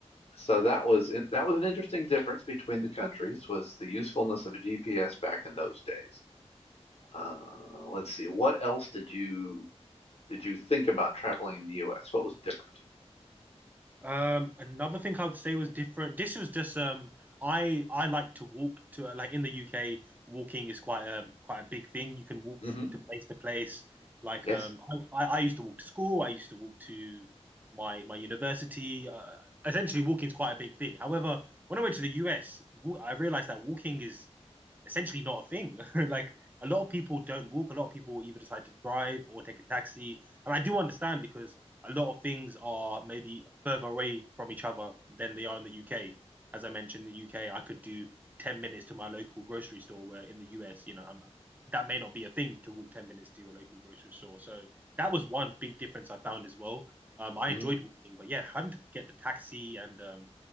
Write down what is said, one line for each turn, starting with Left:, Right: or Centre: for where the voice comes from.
Left: so that was that was an interesting difference between the countries was the usefulness of a GPS back in those days. Uh, let's see. What else did you did you think about traveling in the U.S.? What was different?
Right: Um, another thing I would say was different. This was just um, I I like to walk to like in the UK, walking is quite a quite a big thing. You can walk
Left: hmm
Right: to place to place. Like
Left: Yes.
Right: um, I I I used to walk to school. I used to walk to my my university. Uh, essentially, walking is quite a big thing. However, when I went to the US, wa- I realized that walking is essentially not a thing. <laughs> like a lot of people don't walk. A lot of people either decide to drive or take a taxi. And I do understand because a lot of things are maybe further away from each other than they are in the UK. As I mentioned, in the UK, I could do 10 minutes to my local grocery store, where in the US, you know, I'm, that may not be a thing to walk 10 minutes to your local grocery store. So that was one big difference I found as well. Um, I
Left: hmm
Right: enjoyed walking, but yeah, having to get the taxi and um,